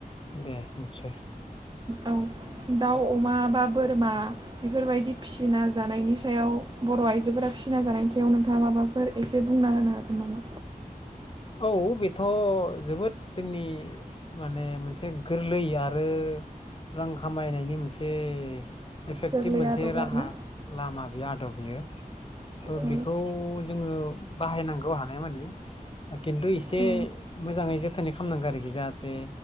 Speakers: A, on the left; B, on the right.
A: दे निसय
B: औ दाउ अमा बा बोरमा बेफोरबायदि फिसिना जानायनि सायाव बर' आइजोफोरा फिसिना जानायनि सायाव नोंथाङा माबाफोर एसे बुंना होनो हागोन नामा?
A: औ बेथ' जोबोद जोंनि माने मोनसे गोरलै आरो रां खामायनायनि मोनसे एफेक्टिभ
B: गोरलै
A: मोनसे
B: आदब
A: राहा
B: आरो ना
A: लामा बेयो आदब बेयो थ'
B: औ
A: बेखौ जोङो बाहायनांगौ हानाय मानिे किन्थु एसे
B: औ
A: मोजाङै जोथोन नाय खालामनांगौ आरोखि जाहाथे